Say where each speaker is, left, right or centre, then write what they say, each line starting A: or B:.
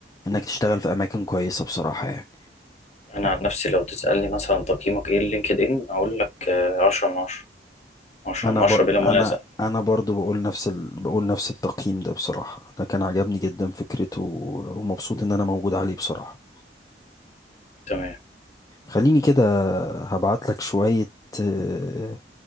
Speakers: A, on the left; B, on the left.
A: إنك تشتغل في أماكن كويسة بصراحة يعني
B: انا عن نفسي لو تسالني مثلا تقييمك ايه لينكد ان اقول لك آه، 10 من 10 10
A: أنا
B: من 10
A: ب...
B: بلا منازع
A: أنا أنا برضو بقول نفس ال... بقول نفس التقييم ده بصراحة أنا كان عجبني جدا فكرته و- ومبسوط إن أنا موجود عليه بصراحة
B: تمام
A: خليني كده هبعت لك شوية آه،